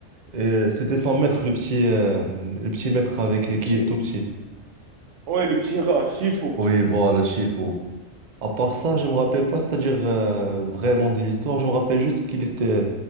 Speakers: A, on the right; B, on the right.
A: Et, euh, c'était son maître, le petit, euh, le petit maître avec
B: Le
A: qui
B: petit,
A: est tout petit.
B: ouais, le petit rat, Shifu.
A: Oui, voilà, Shifu. À part ça, je me rappelle pas, c'est-à-dire euh, vraiment de l'histoire. Je me rappelle juste qu'il était,